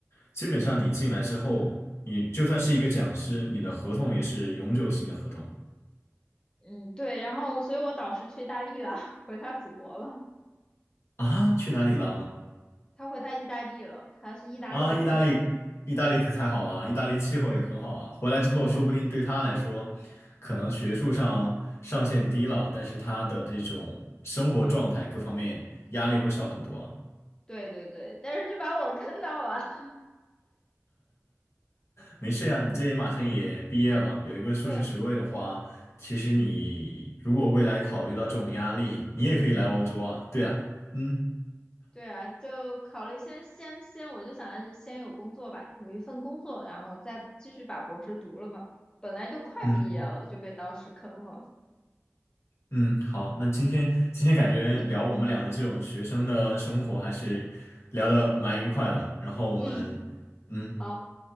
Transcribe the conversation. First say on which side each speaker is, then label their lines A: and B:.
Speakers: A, on the left; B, on the left.
A: 基本上你进来之后，你就算是一个讲师，你的合同也是永久性的合同
B: 嗯，对，然后所以我导师去意大利了，<laughs> 回他祖国了，
A: 啊。去哪里了？
B: 他回他意大利了，他是意大利人，
A: 啊，意大利，意大利可太好了，意大利气候也很好啊。回来之后，
B: <laughs> 对，
A: 说不定对他来说，可能学术上上限低了，但是他的这种生活状态各方面压力会少很多啊
B: 对对对，但是就把我坑到了，<laughs>
A: 没事呀，你这也马上也毕业了，有一个硕士学位的话，
B: 对
A: 其实你如果未来考虑到这种压力，你也可以来欧洲啊。对啊，嗯
B: 对啊，就考虑先先先，我就想的是先有工作吧，有一份工作，然后再继续把博士读了嘛，本来都快毕业了，
A: 嗯。
B: 就被导师坑了，
A: 嗯，好，那今天今天感觉聊我们俩的这种学生的生活还是聊的蛮愉快的，
B: 嗯
A: 然后我们，
B: 嗯，
A: 嗯
B: 好，